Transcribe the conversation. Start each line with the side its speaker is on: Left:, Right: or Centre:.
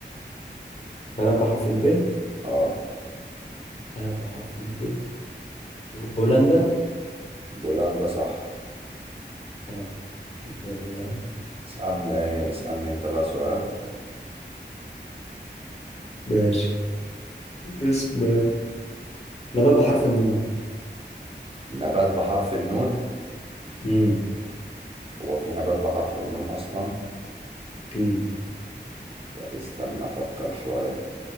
Left: بلد بحرف الب
Right: اه
Left: بلد بحرف الب بولندا
Right: بولندا صح
Left: طبعا بل-
Right: اسألني اسألني انت بقى سؤال
Left: <laughs> ماشي اسم نبات بحرف النون
Right: نبات بحرف النون
Left: امم
Right: هو في نبات بحرف النون اصلا
Left: اوكي
Right: طب استنى افكر شوية